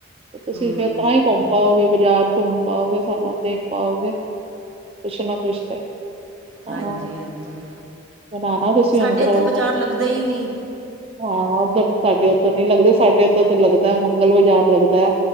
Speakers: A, on the right; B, on the right.
A: ਤੁਸੀਂ
B: ਹੂੰ
A: ਫੇਰ ਤਾਂ ਈ ਘੁੰਮ ਪਾਓਗੇ, ਬਜ਼ਾਰ ਘੁੰਮ ਪਾਓਗੇ, ਸਾਰਾ ਦੇਖ ਪਾਓਗੇ, ਕੁਛ ਨਾ ਕੁਛ ਤੇ। ਹਾਂ,
B: ਹਾਂਜੀ ਹਾਂਜੀ
A: ਬਣਾਣਾ ਤੁਸੀਂ
B: ਸਾਡੇ
A: ਹੁਣ ਪ੍ਰੋਗਰਾਮ।
B: ਇੱਥੇ ਬਾਜ਼ਾਰ ਲੱਗਦਾ ਹੀ ਨਹੀਂ
A: ਹਾਂ, ਉੱਧਰ ਸਾਡੇ ਉੱਧਰ ਨੀ ਲੱਗਦੇ, ਸਾ ਏਧਰ ਤੇ ਲੱਗਦਾ ਮੰਗਲ ਬਜ਼ਾਰ ਲੱਗਦਾ,